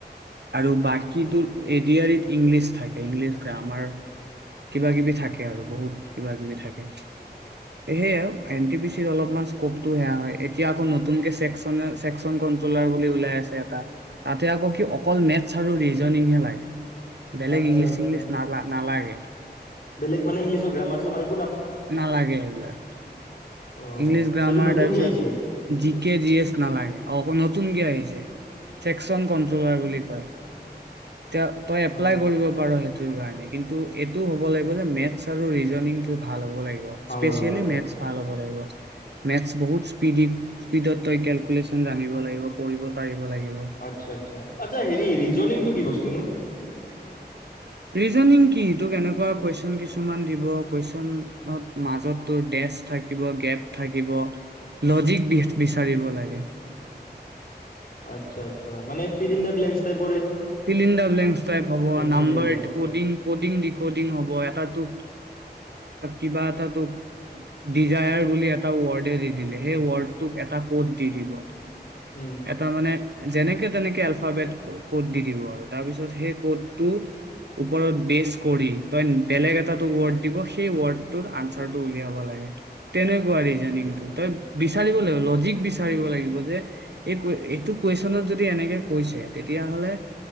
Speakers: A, on the right; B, on the left.
A: আৰু বাকী তো এড আৰিত ইংলিছ থাকে ইংলিছ গ্ৰামাৰ কিবা কিবি থাকে আৰু বহুত কিবা কিবি থাকে সেয়ে আৰু এন টি পি চিত অলপমান স্কপটো সেয়া হয় এতিয়া আকৌ নতুনকে চেকনে চছেকচন কন্ট্ৰলাৰ বুলি ওলাই আছে এটা তাতে আকৌ কি অকল মেথছ আৰু ৰিজনংহে লাগে বলেগ
B: আচ্ছা
A: ইংলিছ
B: আচ্ছা
A: ইংলিছ নাললা নালাগে
B: বেলেগ মান ইংলিছৰ গ্ৰামাৰ চাৰে
A: নালাগে এইেইবিলাক
B: অ',
A: ইংলিছ গ্ৰামাৰ
B: সেইটো নতুনকে
A: তাৰপিছত
B: আহিছে?
A: জি কে জি এছ নালাগে অ অকৌ নতুনকৈ আহিছে চেক্চন কন্ট্ৰলাৰ বুলি কয় এ তই এপ্লাই
B: অ',
A: কৰিব পাৰ সেইটো কিন্তু এইটোও হ'ব লাগিব যে মেথছ আৰু ৰিজনং তটো ভাল িয়েল
B: ভাল হ'ব লাগিব।
A: মে ভাল হ'ব লাগিব মে বহুত স্পিড স্পীডত তইেলকুলচন জানিব লাগিব কৰিব পাৰিব লাগিব
B: আচ্ছা আচ্ছা আচ্ছা হেৰি ৰিজনংটো কি বস্তুনো
A: ৰিজনিং কি তোক এনেকুৱা কুৱেশন কিছুমান দিব কুৱেশন মাজত তোৰ ডেচ থিব গেপ থাকিব লজিক বিচাৰিব লাগ
B: আচ্ছা আচ্ছা মানে fill in the blanks type
A: fill in the blanks type হ'ব, নাম্বাৰ
B: মিলে মানে
A: ক'ডিং ক'ডিং-ডিক'ডিং হ'ব এয়াত এ ক এোকি <unintelligible> এড দিল সেইডোক এটা কত দি দিব
B: উম,
A: এটা মানে যেনেকে তেনেকে আলফাবেেট ক'ত দি দ আৰু তাৰপিছত সেই কডটো ওপৰত বেচ কৰি তই বেলেগ এটা ৰ্ড দিব সেই ৱৰ্ডৰ আনচাৰটো উলিয়াব লাগে তেনেকুৱা ৰিজনিংটো তই বিচাৰিব লাগিব লজিক বিচাৰিব লাগিব যে এই এইটো কুৱেশ্যনত যদি এনেকে কৈছে তেতিয়াাহলে